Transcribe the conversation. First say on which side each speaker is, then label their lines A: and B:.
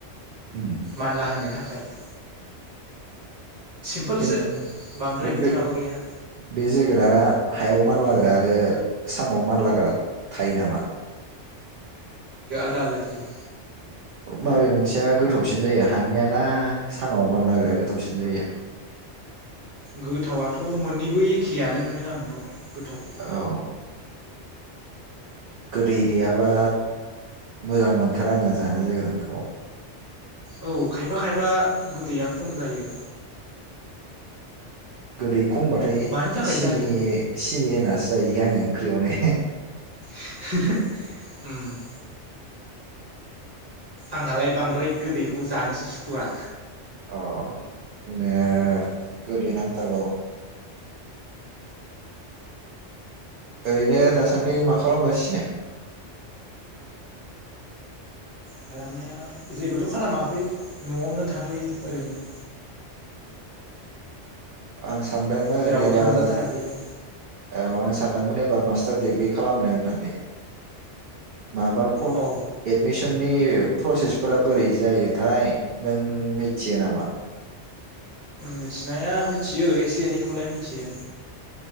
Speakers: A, on the right; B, on the right.
A: उम
B: मानला होनो थाखाय <unintelligible> सिम्पोलसो
A: बे
B: बांद्राय
A: बेथ
B: बिदि माबा गैया
A: बे जोगोनारा हायाव मानलाग्रा आरो सां आव मानलाग्रा थायो नामा
B: आलादा थायो
A: माबे मोनसेया गोथावसिन जायो हानिया ना साङाव मानलाग्राया गोथावसिन जायो।
B: गोथावाथ मोननैबो एखेयानो मोनो आंथ गोथावखौ
A: औ गोदै गैयाबा मोजां मोनथाराआङो जानो जोगोनारखौ
B: औ खायफा खायफा गोदैया खम जायो।
A: गोदै खमबाथाय
B: मानि थाखाय
A: सिनि
B: जायोथाय
A: सिनि होना। जायो आंङो ओंख्रियावनो
B: <unintelligible> उम आंहालाय बांद्राय गोदैखौ जानोसो सुखुवा
A: अ नो गोदै नांथारगौ ओरैनो दासान्दि मा खालामगासिनो
B: खालामनाया जेबोथ खालामाखै नआवनो थाथयो ओरैनो
A: आंस सानदोंमोन
B: जेरावबो
A: एबार
B: थांजाथाराखैबो
A: ओ सानदोंमोन एबार मास्टार डिग्रि खालामनो होननानै। माबा
B: अ
A: एदमिसन। नि प्रसेसफोरा बोरै जायोथाय नों मिथियो नामा।
B: मिथिनाया मिथियो एसे एनैखौलाय मिथियो।